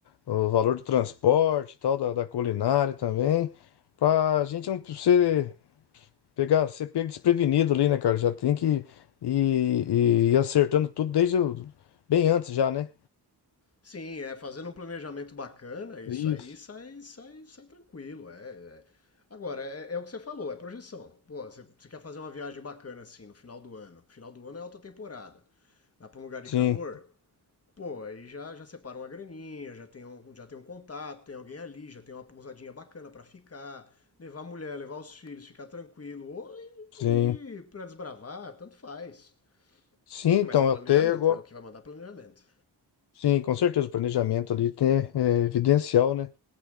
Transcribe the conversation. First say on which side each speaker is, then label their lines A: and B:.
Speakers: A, on the left; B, on the left.
A: o, o valor do transporte, e tal, da, da culinária também, pra gente não ser, pegar, ser pego desprevenido ali, né, cara? Já tem que ir, ir, ir acertando tudo desde o- bem antes já, né?
B: Sim, é fazendo um planejamento bacana, isso
A: Isso.
B: aí sai, sai, sai tranquilo. É, é. Agora, é, é o que você falou, é projeção. Pô, você, você quer fazer uma viagem bacana assim no final do ano. Final do ano é alta temporada. Vai para um lugar de
A: Sim,
B: calor, pô, aí já, já separa uma graninha, já tem um, já tem um contato, tem alguém ali, já tem uma pousadinha bacana para ficar, levar a mulher, levar os filhos, ficar tranquilo, ou
A: sim.
B: ir para desbravar, tanto faz.
A: Sim, então,
B: Mas é planejamento,
A: até agora.
B: né? O que vai mandar é planejamento.
A: Sim, com certeza, o planejamento ali tem, é evidencial, né?